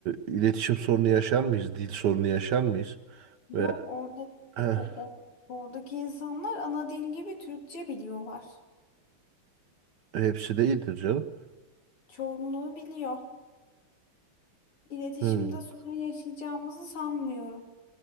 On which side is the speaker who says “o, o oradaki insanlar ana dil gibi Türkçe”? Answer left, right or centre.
Left